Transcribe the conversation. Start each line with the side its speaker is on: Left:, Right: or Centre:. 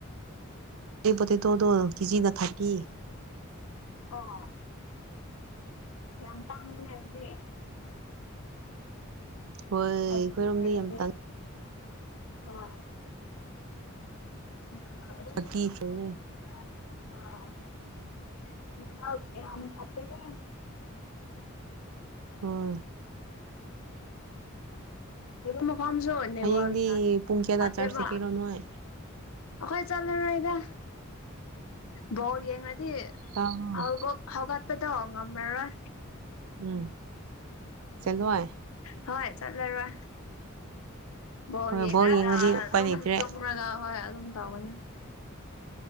Right: ꯗꯨꯏ ꯄꯣꯇꯦꯇꯣꯗꯣ ꯀꯤꯖꯤꯅ ꯊꯔꯇꯤ
Left: ꯑꯣ ꯌꯥꯝ ꯇꯥꯡꯕꯅꯦ ꯑꯗꯨꯗꯤ
Right: ꯍꯣꯏ ꯑꯩꯈꯣꯏꯔꯣꯝꯗꯤ
Left: ꯊꯕꯤ ꯑꯣꯏꯔꯗꯤ
Right: ꯌꯥꯝ ꯇꯥꯡ
Left: ꯎꯃ ꯎ <inaudible>
Right: ꯑꯀꯤ <unintelligible>
Left: ꯑ <unintelligible>
Right: ꯎꯝ <unintelligible>
Left: ꯅꯦꯠꯋꯥꯛ ꯌꯥꯝ ꯇꯥꯞꯄꯦꯍꯦ
Right: ꯑꯣ
Left: ꯃꯐꯝꯁꯨ ꯅꯦꯠꯋꯥꯛ
Right: ꯍꯌꯦꯡꯗꯤ
Left: ꯌꯥꯗꯦ
Right: ꯄꯨꯡ ꯀꯌꯥꯗ
Left: ꯐꯠꯇꯦꯕ
Right: ꯆꯥꯔꯖ ꯆꯠꯀꯦꯔꯣ ꯅꯣꯏ
Left: ꯑꯩꯈꯣꯏ ꯆꯠꯂꯨꯔꯣꯗ ꯕꯣꯜ ꯌꯦꯡꯂꯥꯗꯤ
Right: ꯇꯥꯕ꯭ꯔꯣ
Left: ꯑꯃꯨꯛ ꯍꯧꯒꯠꯄꯗꯣ ꯉꯝꯂꯥꯔꯣꯏ
Right: ꯎꯝ ꯆꯠꯂꯣꯏ
Left: ꯍꯣꯏ ꯆꯠꯂꯔꯣꯏ ꯕꯣꯜ
Right: ꯍꯣꯏ
Left: ꯌꯦꯡꯉꯒ
Right: ꯌꯦꯡꯉꯗꯤ
Left: ꯑꯗꯨꯝ
Right: ꯎꯄꯥꯏ ꯂꯩꯇ꯭ꯔꯦ
Left: ꯇꯨꯝꯔꯒ ꯍꯣꯏ ꯑꯗꯨꯝ ꯇꯧꯕꯅꯦ